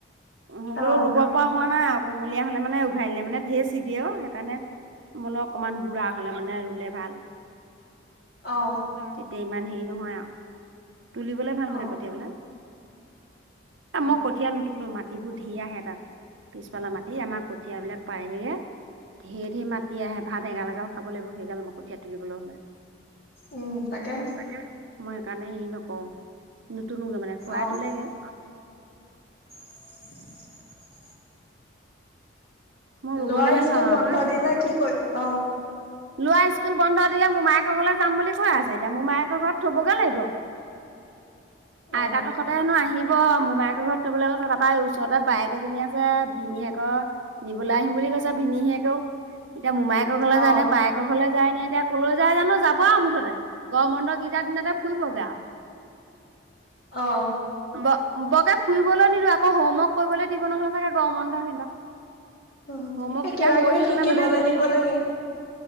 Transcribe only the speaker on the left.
অ',
অ'।
অ',
অ',
উম তাকে
অ',
<inaudible>
ল'ৰা স্কুল
বন্ধ
দিলে কি কৰি অ',
অ',
অ',
অ'
উ
এ
কিবা
কিবি শিকিবলৈ
দিব
লাগে